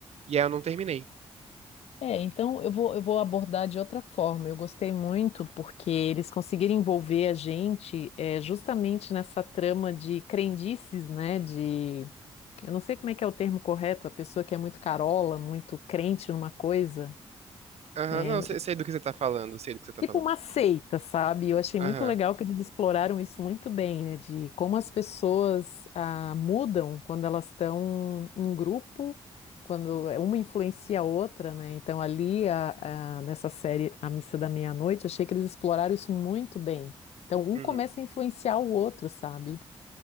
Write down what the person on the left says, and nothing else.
É, então eu vou, eu vou abordar de outra forma. Eu gostei muito porque eles conseguiram envolver a gente é, justamente nessa trama de crendices, né? De, eu não sei como é que é o termo correto, a pessoa que é muito carola, muito crente numa coisa.
É,
tipo
uma seita, sabe? Eu achei
muito legal que eles exploraram isso muito bem, né? De como as pessoas ah, mudam quando elas estão em grupo, quando uma influencia a outra, né? Então, ali, a- a- nessa série A Missa da Meia-Noite, achei que eles exploraram isso muito bem. Então, um
começa a influenciar o outro, sabe?